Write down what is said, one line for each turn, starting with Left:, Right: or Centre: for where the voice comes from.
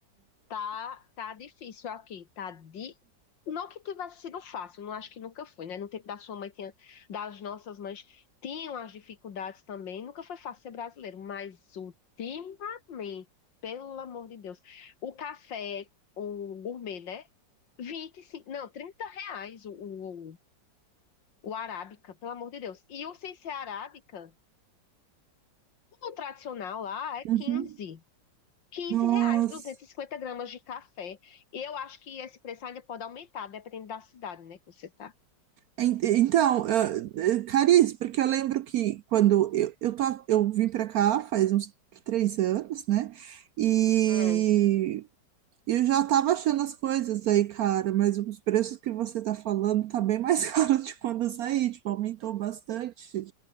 Left: Tá, tá difícil aqui, tá de... Não que tivesse sido fácil, não acho que nunca foi, né? No tempo da sua mãe tinha, das nossas mães tinham as dificuldades também, nunca foi fácil ser brasileiro, mas ultimamente, pelo amor de Deus, o café, o gourmet, né? vinte e cinco não, 30 reais o, o, o arábica, pelo amor de Deus. E o sem ser arábica, o tradicional lá é
Right: Uhum.
Left: 15 15
Right: Nossa.
Left: reais, 250 gramas de café. E eu acho que esse preço ainda pode aumentar, dependendo da cidade, né, que você tá.
Right: En- Então, eh, eh, Cariz, porque eu lembro que quando eu, eu, tô, eu vim para cá faz uns três anos, né? E
Left: Hum,
Right: eu já tava achando as coisas aí, cara, mas os preços que você tá falando tá bem mais <laughs> caro de quando eu saí, tipo, aumentou bastante